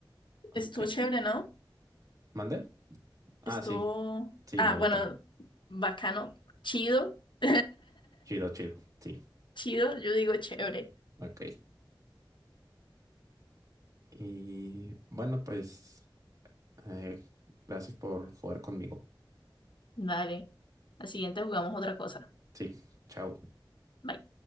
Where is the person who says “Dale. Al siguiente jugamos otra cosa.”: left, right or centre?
Left